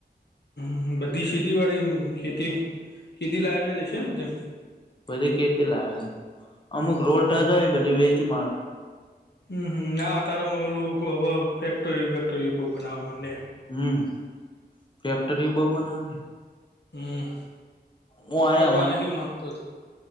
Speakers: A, on the left (about 70°); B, on the left (about 25°).
A: હમ બધી <unintelligible> વાળી ખેતી ખેતી લાયક જશે ને બધે
B: બધી ખેતી લાયક
A: હમ
B: અમુક રોલ ટચ હોય એ બધી વેચી
A: અંહહ અ તારેમાં એલું હવે ફેક્ટરી વેક્ટરી બહુ બનાવવા માંડે
B: હું, ફેક્ટરી બવ બનાવાની
A: હું,
B: હું આ
A: કરવા નહી માંગતું